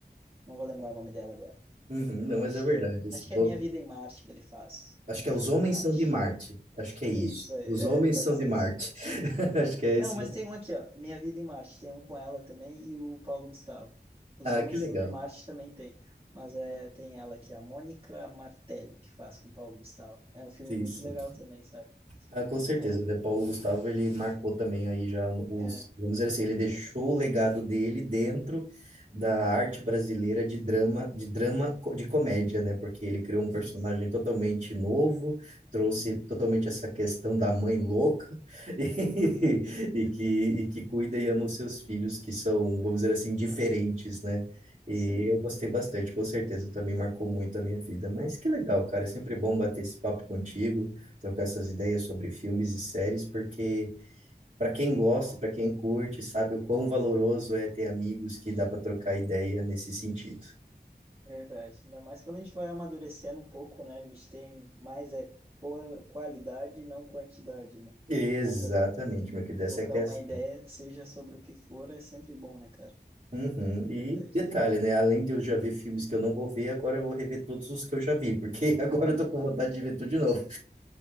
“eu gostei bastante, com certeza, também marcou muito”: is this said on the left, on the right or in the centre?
Right